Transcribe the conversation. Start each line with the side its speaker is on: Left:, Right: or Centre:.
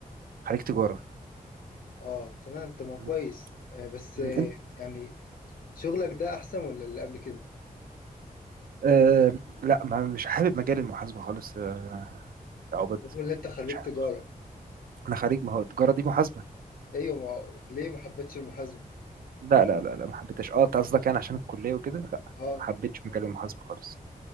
Right: خليك تجاره
Left: اه تمام تمام
Right: م.
Left: كويس آه، بس
Right: م.
Left: آه، يعني شغلك ده احسن ولا اللي قبل كده
Right: أه لا ما مش حابب مجال المحاسبة خالص آه، يا عبد
Left: رغم ان انت خريج
Right: مش حابب.
Left: تجاره
Right: انا خريج ما هو التجارة دي محاسبة
Left: ايوه ما... ليه ما حبيتش المحاسبه
Right: لا لا لا لا ما حبيتهاش اه انت قصدك يعني عشان الكلية وكده لا
Left: اه
Right: ما حبيتش مجال المحاسبة خالص